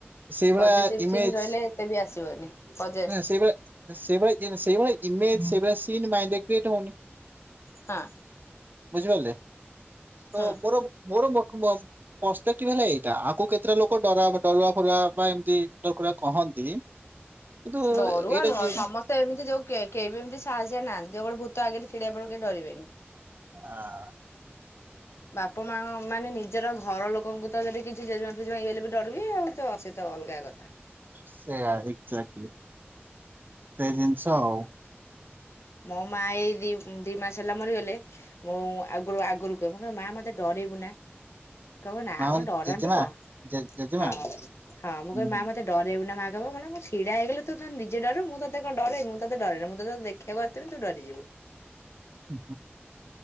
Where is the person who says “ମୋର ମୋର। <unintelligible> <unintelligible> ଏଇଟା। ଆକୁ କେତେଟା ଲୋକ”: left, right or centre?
Right